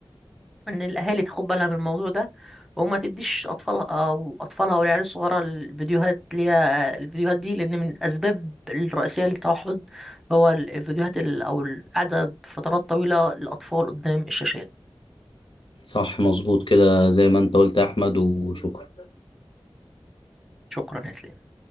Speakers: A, in the centre; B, on the left.
A: ان الاهالي تاخد بالها من الموضوع ده وما تديش اطفالها او اطفالها والعيال الصغيره الفيديوهات اللي هي الفيديوهات دي لان من الاسباب الرئيسيه للتوحد هو الفيديوهات ال- او القعده فترات طويله للاطفال قدام الشاشات
B: صح مظبوط كده زي ما أنت قلت يا أحمد وشكرا
A: شكرا يا اسلام